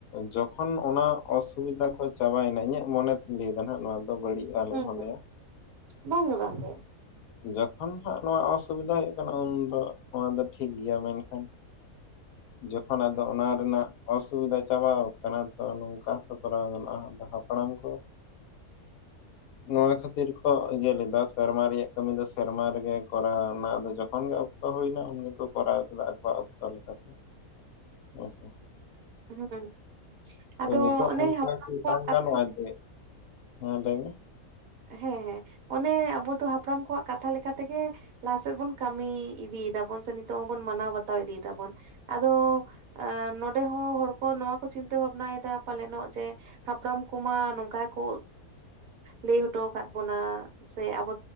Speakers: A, on the left; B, on the right.
A: ᱡᱚᱠᱷᱚᱱ ᱚᱱᱟ ᱚᱥᱩᱵᱤᱫᱟ ᱠᱚ ᱪᱟᱵᱟᱭᱮᱱᱟ ᱤᱧᱟᱹᱜ ᱢᱚᱱᱮ ᱛᱤᱧ ᱞᱟᱹᱭᱮᱫᱟ ᱱᱟᱦ ᱱᱚᱣᱟ ᱫᱚ ᱵᱟᱹᱲᱤᱡ ᱟᱞᱚᱢ
B: ᱦᱩᱸ
A: ᱢᱚᱱᱮᱭᱟ
B: ᱵᱟᱝᱜᱮ ᱵᱟᱝᱜᱮ
A: ᱡᱚᱠᱷᱚᱱ ᱦᱟᱸᱜ ᱱᱚᱣᱟ ᱚᱥᱩᱵᱤᱫᱷᱟ ᱦᱩᱭᱩᱜ ᱠᱟᱱᱟ ᱩᱱ ᱫᱚ ᱱᱚᱣᱟ ᱫᱚ ᱴᱷᱤᱠ ᱜᱮᱭᱟ ᱢᱮᱱᱠᱷᱟᱱ <unintelligible> ᱡᱚᱠᱷᱚᱱ ᱟᱫᱚ ᱚᱱᱟ ᱨᱮᱱᱟᱜ ᱚᱥᱩᱵᱤᱫᱷᱟ ᱪᱟᱵᱟ ᱟᱠᱟᱱᱟ ᱛᱚ ᱱᱚᱝᱠᱟ ᱦᱚᱸᱛᱚ ᱠᱚᱨᱟᱣ ᱜᱟᱱᱚᱜᱼᱟ ᱦᱟᱯᱲᱟᱢ ᱠᱚ ᱱᱚᱣᱟ ᱠᱷᱟᱹᱛᱤᱨ ᱠᱚ ᱤᱭᱟᱹ ᱞᱮᱫᱟ ᱥᱮᱨᱢᱟ ᱨᱮᱭᱟᱜ ᱠᱟᱹᱢᱤ ᱫᱚ ᱥᱮᱨᱢᱟ ᱨᱮᱜᱮ ᱠᱚᱨᱟᱣᱱᱟᱫᱚ ᱡᱚᱠᱷᱚᱱ ᱜᱮ ᱚᱠᱛᱚ ᱦᱩᱭᱱᱟ ᱩᱱ ᱜᱮᱠᱚ ᱠᱚᱨᱟᱣ ᱠᱮᱫᱟ ᱟᱠᱚᱣᱟᱜ ᱚᱠᱛᱚ ᱞᱮᱠᱟᱛᱮ ᱦᱮᱸᱥᱮ᱾
B: ᱦᱩᱸ ᱟᱫᱚ
A: ᱛᱚ ᱱᱤᱛᱳᱜ
B: ᱚᱱᱮ
A: ᱚᱱᱠᱟ
B: ᱦᱟᱯᱲᱟᱢ
A: ᱫᱚ
B: ᱠᱚᱣᱟᱜ
A: ᱵᱟᱭ
B: ᱠᱟᱛᱷᱟ
A: ᱜᱟᱱᱚᱜᱼᱟ ᱪᱮ᱾ ᱦᱚᱸ ᱞᱟᱹᱭ ᱢᱮ᱾
B: ᱦᱮᱸ ᱦᱮᱸ ᱚᱱᱮ ᱟᱵᱚ ᱫᱚ ᱦᱟᱯᱲᱟᱢ ᱠᱚᱣᱟᱜ ᱠᱟᱛᱷᱟ ᱞᱮᱠᱟ ᱞᱮᱠᱟᱛᱮ ᱜᱮ ᱞᱟᱦᱟᱥᱮᱫ ᱵᱚᱱ ᱠᱟᱹᱢᱤ ᱤᱫᱤ ᱮᱫᱟᱵᱚᱱ ᱥᱮ ᱱᱤᱛᱚᱜ ᱦᱚᱸᱵᱚᱱ ᱢᱟᱱᱟᱣ ᱵᱟᱛᱟᱣ ᱤᱫᱤ ᱮᱫᱟᱵᱚᱱ᱾ ᱟᱫᱚ ᱟ ᱱᱚᱰᱮ ᱦᱚᱸ ᱦᱚᱲ ᱠᱚ ᱱᱚᱣᱟ ᱠᱚ ᱪᱤᱱᱛᱟᱹ ᱵᱷᱟᱵᱽᱱᱟᱭᱮᱫᱟ ᱯᱟᱞᱮᱱᱚᱜ ᱡᱮ ᱦᱟᱯᱲᱟᱢ ᱠᱚᱢᱟ ᱱᱚᱝᱠᱟ ᱜᱮᱠᱚ ᱞᱟᱹᱭ ᱦᱚᱴᱚ ᱟᱠᱟᱫ ᱵᱚᱱᱟ ᱥᱮ ᱟᱵᱚ